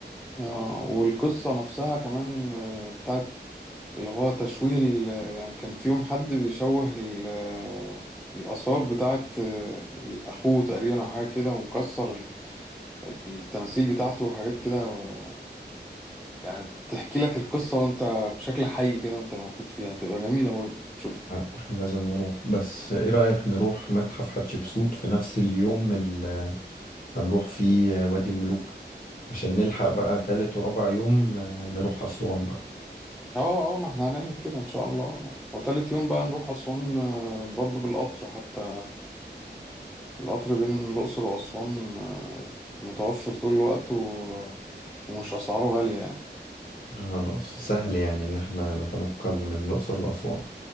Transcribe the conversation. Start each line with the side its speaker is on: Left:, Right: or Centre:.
Centre: اه والقصه نفسها كمان آه، بتاعت اللي هو تشويه ال- يعني كان فيهم حد بيشوه ال- آه، الاثار بتاعت آه، اخوه تقريبا او حاجه كده ومكسر ال- التماثيل بتاعته وحاجات كده آه، يعني تحكي لك القصه وانت بشكل حي كده وانت موجود فيها هتبقى جميله برضه شوف
Left: آه، احنا لازم نروح بس ايه رأيك نروح متحف حتشبسوت في نفس اليوم اللي هنروح فيه وادي الملوك عشان نلحق بقى تالت ورابع يوم آه، نروح أسوان بقى
Centre: اه اه ما احنا هنعمل كده ان شاء الله وتالت يوم بقى نروح اسوان آه، برضو بالقطر حتى القطر بين الاقصر واسوان آه، متوفر طول الوقت و... ومش اسعاره غالية يعني
Left: خلاص سهل يعني ان احنا نتنقل من الأقصر لأسوان